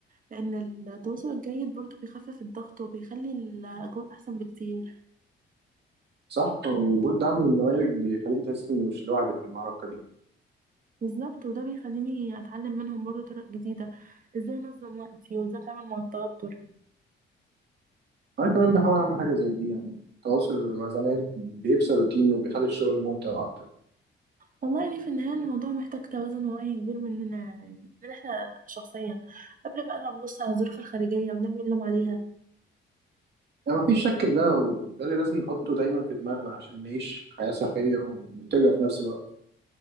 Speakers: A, on the right; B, on the right.
A: لأن التواصل الجيد برضه بيخفف الضغط وبيخلي الأجواء أحسن بكتير
B: صح وجود دعم من زمايلك بيخليك تحس إن مش لوحدك في المعركة دي
A: بالظبط وده بيخليني أتعلم منهم برضه طرق جديدة إزاي أنظم وقتي وإزاي أتعامل مع التوتر
B: أنا كمان بحاول أعمل حاجة زي دي يعني التواصل مع زمايلي بيكسر الروتين وبيخلي الشغل ممتع أكتر
A: والله يعني في النهاية الموضوع محتاج توازن واعي كبير مننا يعني مننا احنا شخصيا قبل بقى ما نبص على الظروف الخارجية ونرمي اللوم عليها
B: يعني مفيش شك في ده وده اللي لازم نحطه دايما في دماغنا عشان نعيش حياة صحية ومنتجة في نفس الوقت